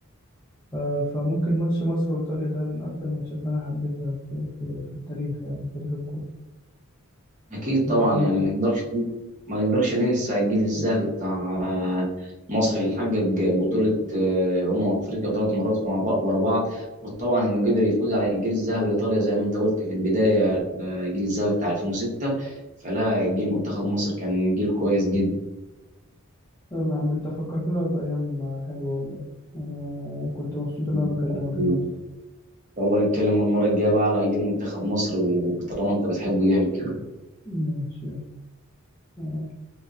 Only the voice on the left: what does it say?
آه، فممكن ماتش مصر وايطاليا ده من اكتر الماتشات اللي انا حبيتها في في في التاريخ يعني في تاريخ الكوره
يلا عايز-
يلا يا عم انت فكرتنا بايام حلوه والله انا كنت مبسوط ان
انا بكلمك النهارده
ماشي يلا